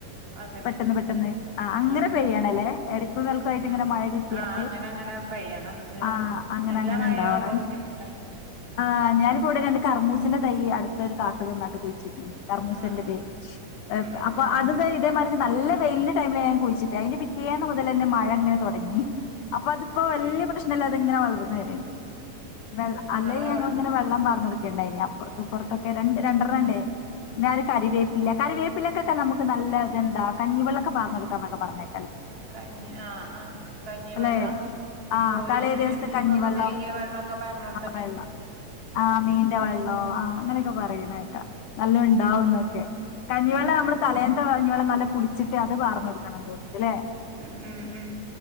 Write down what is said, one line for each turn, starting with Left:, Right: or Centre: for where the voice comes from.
Right: അതന്നെ
Left: പെട്ടെന്ന് പെട്ടെന്ന് ആ അങ്ങനെ
Right: അതന്നെ
Left: പെയ്യണല്ലേ എട <unintelligible> കൾക്കായിട്ട്
Right: ഉം
Left: ഇങ്ങനെ മഴ കിട്ട്യാട്ട്
Right: ആഹ് അങ്ങനെ അങ്ങനെ പെയ്യണം ഇത്
Left: ആഹ് അങ്ങനങ്ങനെ
Right: നല്ല മഴയാവുമ്പോ
Left: ണ്ടാവ <unintelligible>
Right: ബുദ്ധിമുട്ടാണ്
Left: ആഹ് ഞാനിപ്പോ വടെ രണ്ട് കറ്‌മൂസന്റെ തയ്യ് അട്ത്തൊരു താത്ത തന്നാട്ട് കുയ്ച്ചിട്ടീ നി കർമൂസൻ്റെ
Right: ആഹ്
Left: തെയ്യ്
Right: ഉം ഉം
Left: അപ്പൊ അതൊക്കെ ഇതേമാരി നല്ല വെയ്ലിൻ്റെ ടൈമിലാ ഞാൻ കുയിച്ചിട്ടെ അയിൻ്റെ പിറ്റേന്ന് മുതലെന്നെ മഴന്നെ തൊടങ്ങി. അപ്പൊ അത്പ്പോ
Right: അത്
Left: വെല്ല്യെ
Right: ശരി
Left: പ്രശ്നല്ലാതെങ്ങനെ വളർന്നു വെര്ണ്ട്. വെള്ള
Right: ഇങ്ങളെ
Left: അല്ലെങ്കി ഞങ്ങളിങ്ങനെ വെള്ളം പാർ ന്നൊട്ക്കേണ്ടായ് ന്യോ പർത്ത് ഇപ്പൊർത്തൊക്കെ രണ്ട് രണ്ടെണ്ണംണ്ടേ പിന്നെ ഒര് കറിവേപ്പില കറിവേപ്പിലൊക്കെ ക്കെ നമക്ക് നല്ല ഇതെന്താ കഞ്ഞിവെള്ളാക്കെ പാർന്നൊട്ക്കന്നൊക്കെ പർഞ്ഞേ
Right: കഞ്ഞി ആ ആ കഞ്ഞിവെള്ളം
Left: അല്ലെ ആഹ്
Right: കോഴും
Left: തലേ ദിവസത്തെ
Right: ബീഫൊക്കെ
Left: കഞ്ഞിവെള്ളം
Right: കയ്ക്ക്യേ വെള്ളാക്കെ പാർന്നൊട്
Left: വെള്ളം ആ മീന്റെ വെള്ളോ ആ അങ്ങനെക്കെ പറിണേക്ക. നല്ല ഉണ്ടാവുന്നൊക്കെ കഞ്ഞിവെള്ള
Right: ഉം
Left: നമ്മള് തലേന്ന്ത- കഞ്ഞോളം നല്ല പളിച്ചിട്ട് അത് വർന്നോടുക്കണ തോന്നു- ഇല്ലേ
Right: ഉം ഉം ഉം